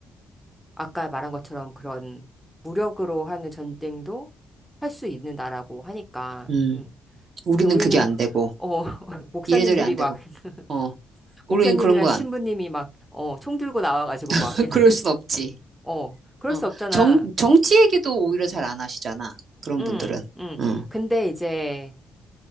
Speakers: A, in the centre; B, on the right (about 50°).
A: 아까 말한 것처럼 그런 무력으로 하는 전쟁도 할 수 있는 나라고 하니까.
B: 음.
A: 음.
B: 우리는
A: 근데 우리는
B: 그게 안 되고,
A: 어 <laughs> 목사님들이
B: 이래저래 안 되고,
A: 막 <laughs>
B: 어. 우리는
A: 목사님이랑
B: 그런 거
A: 신부님이
B: 안,
A: 막 어 총 들고 나와가지고
B: <laughs>
A: 막 이러면
B: 그럴 순 없지.
A: 어 그럴
B: 어.
A: 수 없잖아.
B: 정, 정치 얘기도 오히려 잘 안 하시잖아. 그런
A: 음,
B: 분들은.
A: 음.
B: 응,
A: 근데 이제